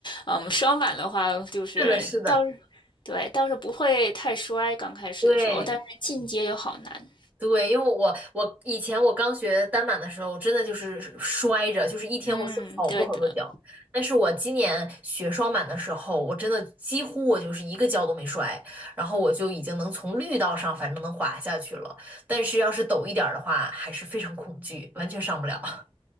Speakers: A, on the left; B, on the right.
A: 嗯，双板的话就是倒是对倒是不会太摔，
B: 是的，是的，
A: 刚开始的时候，
B: 对
A: 但是进阶就好难。
B: 对，因为我我以前我刚学单板的时候，真的就是摔着，就是一天会摔好多好多跤。
A: 嗯，对的，
B: 但是我今年学双板的时候，我真的几乎我就是一个跤都没摔，然后我就已经能从绿道上反正能滑下去了。但是要是陡一点儿的话，还是非常恐惧，完全上不了。